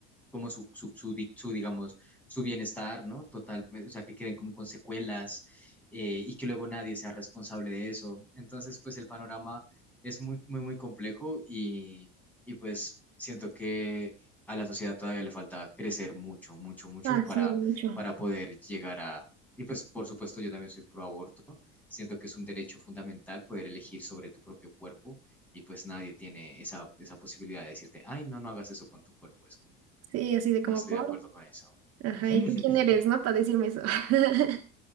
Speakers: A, in the centre; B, on the right (about 55°).
A: como su, su, su, di- su, digamos, su bienestar, ¿no? Total, o sea, que queden como con secuelas eh, y que luego nadie sea responsable de eso. Entonces, pues el panorama es muy, muy, muy complejo y, y pues siento que a la sociedad todavía le falta crecer mucho, mucho, mucho
B: Ah,
A: para,
B: sí, mucho.
A: para poder llegar a... Y pues, por supuesto, yo también soy pro aborto. Siento que es un derecho fundamental poder elegir sobre tu propio cuerpo y pues nadie tiene esa, esa posibilidad de decirte, ay, no, no hagas eso con tu cuerpo. Es como
B: Sí, así de
A: no
B: como
A: estoy
B: por.
A: de acuerdo con eso.
B: Ajá,
A: <laughs>
B: ¿y tú quién eres, no? Para decirme eso. <laughs>